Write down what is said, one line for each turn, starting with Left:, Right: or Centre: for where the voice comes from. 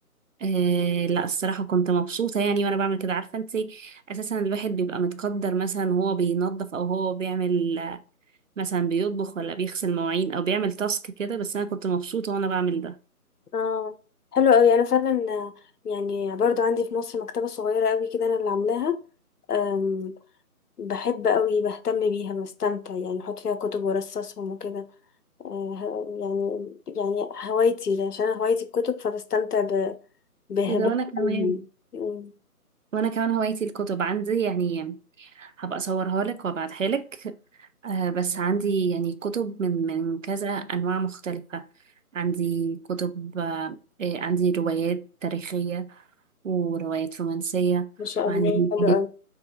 Right: آه لا الصراحة كنت مبسوطة يعني وأنا بعمل كده عارفة انتي أساسا الواحد بيبقى متقدر مثلا وهو بينظف أو هو بيعمل مثلا بيطبخ ولا بيغسل مواعين او بيعمل تاسك كده بس انا كنت مبسوطه وانا بعمل ده
Left: اه حلو قوي انا فعلا آه، يعني برضو عندي في مصر مكتبة صغيرة قوي كده انا اللي عاملاها أم بحب قوي بهتم بيها بستمتع يعني بحط فيها كتب وارصصهم وكده آه، ه- يعني يعني هوايتي ده عشان أنا هوايتي الكتب فبستمتع ب- بها
Right: ايه ده
Left: بهم
Right: وانا كمان
Left: مم.
Right: وانا كمان هوايتي الكتب عندي يعني هبقى اصورها لك وابعتها لك آه بس عندي يعني كتب من من كذا انواع مختلفه عندي كتب آه آه، عندي روايات تاريخيه وروايات رومانسيه
Left: ما شاء
Right: وعندي
Left: الله حلو قوي